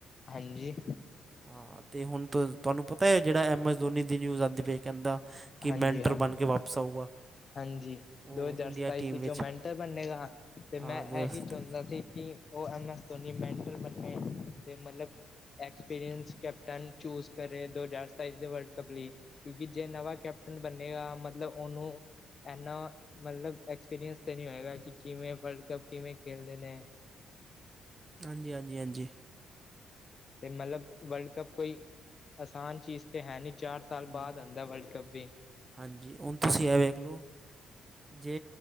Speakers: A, on the left; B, on the right.
A: ਹਾਂਜੀ
B: ਹਾਂ ਤੇ ਹੁਣ ਤੁਹਾਨੂੰ ਪਤਾ ਹੈ ਜਿਹੜਾ ਐਮ ਐਸ ਧੋਨੀ ਦੀ ਨਿਊਜ਼ ਆਉਂਦੀ ਪ ਕਹਿੰਦਾ ਕਿ
A: ਹਾਂਜੀ
B: ਮੈਂਟਰ
A: ਹਾਂਜੀ
B: ਬਣ ਕੇ ਵਾਪਸ ਆਊਗਾ।
A: ਹਾਂਜੀ
B: ਉਹ
A: ਦੋ ਹਜ਼ਾਰ
B: ਇੰਡੀਆ
A: ਸਤਾਈਸ
B: ਟੀਮ ਵਿੱਚ
A: ਚੋਂ ਮਿੰਟ ਬੰਨੇਗਾ ਤੇ
B: ਹਾਂ
A: ਮੈਂ
B: ਦੋ ਹਜ਼ਾਰ
A: ਇਹੀ
B: ਸਤਾਈ
A: ਚਾਹੁੰਦਾ
B: 'ਚ
A: ਸੀ ਕਿ ਉਹ ਐਮਐਸ ਧੋਨੀ ਮੈਂਟਲ ਬਣੇ ਅਤੇ ਮਤਲਬ ਐਕਸਪੀਰੀਅੰਸ ਕੈਪਟਨ ਚੂਜ ਕਰ ਰਹੇ ਦੋ ਹਜ਼ਾਰ ਸਤਾਈਸ ਦੇ ਵਰਲਡ ਕੱਪ ਲਈ ਕਿਉਂਕਿ ਜੇ ਨਵਾਂ ਕੈਪਟਨ ਬੰਨੇਗਾ ਮਤਲਬ ਉਹਨੂੰ ਇਨਾ ਮਤਲਬ ਐਕਸਪੀਰੀਅੰਸ ਤਾਂ ਨਹੀਂ ਹੋਏਗਾ ਕਿ, ਕਿਵੇਂ ਵਰਲਡ ਕੱਪ ਕਿਵੇਂ ਖੇਲਦੇ ਨੇ?
B: ਹਾਂਜੀ, ਹਾਂਜੀ, ਹਾਂਜੀ
A: ਤੇ ਮਤਲਬ ਵਰਲਡ ਕੱਪ ਕੋਈ ਆਸਾਨ ਚੀਜ਼ ਤੇ ਹੈ ਨਈ। ਚਾਰ ਸਾਲ
B: ਹੂੰ,
A: ਬਾਅਦ ਆਦਾਂ ਵਰਲਡ ਕੱਪ ਵੀ।
B: ਹਾਂਜੀ ਹੁਣ ਤੁਸੀਂ ਇਹ ਵੇਖ ਲਓ। ਜੇ